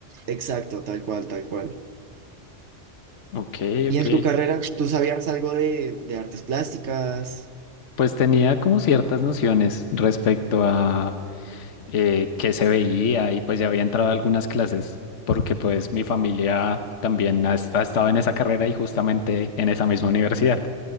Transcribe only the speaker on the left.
Ok,
ok.
Pues tenía como ciertas nociones respecto a eh, qué se veía y pues ya había entrado a algunas clases porque pues mi familia también ha, ha estado en esa carrera y justamente en esa misma universidad.